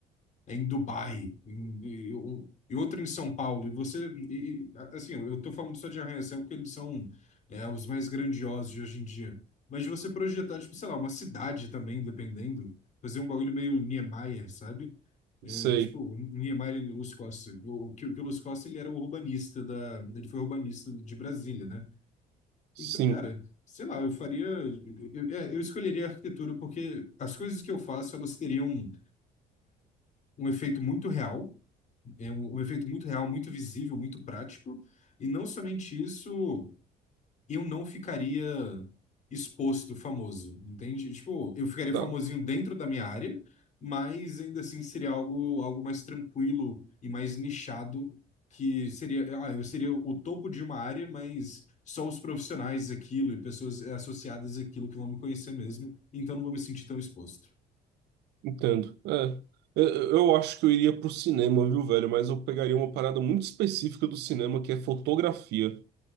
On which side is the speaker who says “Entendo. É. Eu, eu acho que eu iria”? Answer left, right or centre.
Right